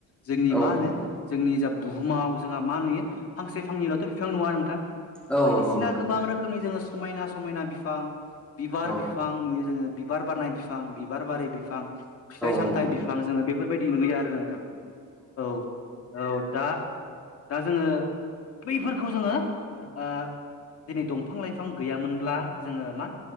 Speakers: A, on the left; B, in the centre.
A: जोंनि
B: औ
A: मा होनो
B: नोंथां
A: जोंनि जा बुहुमाव जोंहा मा नुयो फांसे फांनैल'थ' बिफां नुवा नोंथां बायदिसिना
B: औ औ नोंथां
A: गोबां रोखोमनि जोङो समायना समायना बिफां बिबार
B: औ
A: बिफां नुयो जोङो बिबार बारनाय बिफां बिबार बारि बिफां फिथाइ सामथाइ
B: औ नोंथां औ नोंथां औ नोंथां औ नोंथां
A: बिफां जोङो बेफोरबायदि नुयो आरो नोंथां औ औ दा दा जोङो बैफोरखौ जोङो ओ दिनै दंफां लाइफां गैयामोनब्ला जोङो मा